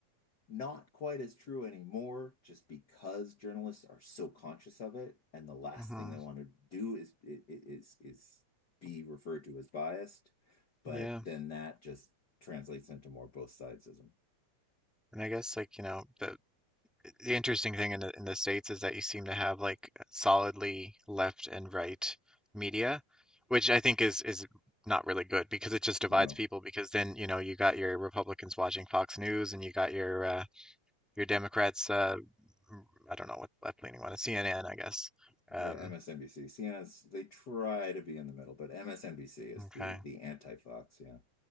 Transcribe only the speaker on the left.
not quite as true anymore. Just because journalists are so conscious of it, and the last
thing they want to do is i- i- is is be referred to as biased. But
then that just translates into more both sidesism.
No.
Yeah, MSNBC. CNN's they try to be in the middle, but MSNBC is
the the anti-Fox, yeah.